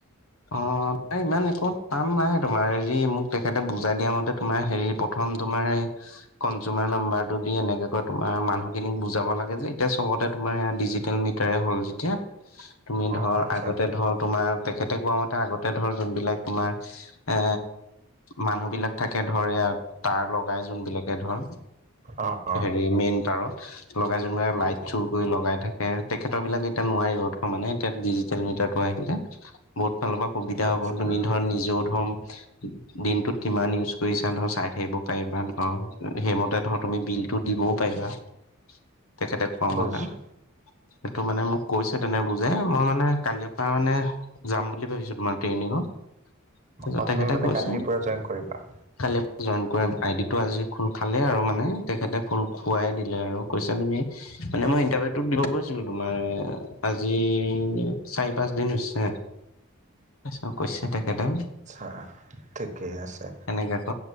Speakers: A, on the left (about 80°); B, on the right (about 35°).
A: অ', প্ৰায় ইমান একো কাম নাই তোমাৰ হেৰি মোক তেখেতে বুজাই দিয়া মতে তোমাৰ হেৰি প্ৰথম তোমাৰ হে কনজুমাৰ নাম্বাৰটো দি এনেকে কৈ তোমাৰ মানুহখিনিক বুজাব লাগে যে এতিয়া চবতে তোমাৰ এয়া ডিজিটেল মিটাৰে হ'ল যেতিয়া তুমি
B: অ
A: ধৰ
B: আচ্ছা
A: আগতে ধৰ তোমাৰ তেখেতে কোৱা মতে আগতে ধৰ যোনবিলাক তোমাৰ এ মানুহ বিলাক থাকে ধৰ ইয়াত তাৰ লগাই যোনবিলাকে ধৰ
B: অ অ
A: হেৰি মেইন টাৰত। লগাই যোনবিলাক লাইট চুৰ কৰি লগাই থাকে তেখেতৰ বিলাক এতিয়া নোৱাৰিব ধৰ মানে এতিয়া ডিজি টেল মিটাৰটো আহিলে বহুত ফালৰ পৰা সুবিধা
B: আচ্ছা
A: হব তুমি ধৰ নিজেও ঠম দিনটোত কিমান ইউজ কৰিছা ধৰ চাই থাকিব। পাৰিবা ধৰ সেইমতে ধৰ তুমি বিলটো দিবও পাৰিবা। তেখেতে কোৱা
B: বুজিছো
A: মতে। সেইটো মানে মোক কৈছে তেনে বুজাই মই মানে কালিৰ পৰা মানে যাম বুলি ভাবিছো তোমাৰ ট্ৰেইনিঙত। তাৰপিছত
B: অ',
A: তেখেতে
B: তুমি মানে
A: কৈছে
B: কালিৰ পৰা যইন কৰিবা।
A: কালি যইন কৰিম আই ডি টো আজি খোল খালে আৰু মানে তেখেতে খোল খুৱাই দিলে আৰু। কৈছা তুমি মানে মই ইণ্টাৰভিউটোত দিম গৈছিলো তোমাৰ এ আজি চাৰি পাঁচ দিন হৈছে। চব কৈছে তেখেতে।
B: আচ্ছা, ঠিকেই আছে।
A: হে ক।